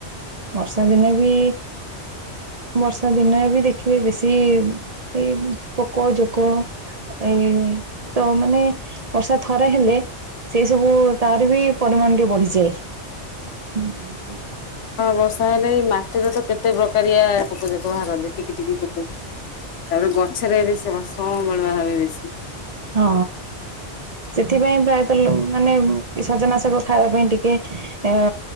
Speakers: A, on the right; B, on the left.
A: ବର୍ଷା ଦିନେ ବି ବର୍ଷା ଦିନ ବି ଦେଖିବେ ବେଶୀ ଏଇ ପୋକ ଜୋକ ଏ ତ ମାନେ ବର୍ଷା ଥରେ ହେଲେ ସେଇ ସବୁ ତାର ବି ପରିମାଣ ଟିକେ ବଢିଯାଏ। ହୁଁ।
B: ହଁ ବର୍ଷା ହେଲେ ଏଇ ମାଟିର ତ କେତେ ପ୍ରକାର ୟଆ ପୋକ ଜୋକ ବାହାରନ୍ତି। ଟିକେ ଟିକେ ପୋକ ତାପରେ ଗଛରେ ବ ସେ ସମ୍ବାଳୁଆ ଭାବେ ବେଶୀ।
A: ହଁ ସେ ଏଥିପାଇଁ ପ୍ରାୟତଃ ମାନେ ସଜନାଶକ ଖାଇବା ପାଇଁ ଟିକେ ଟିକେ ଅ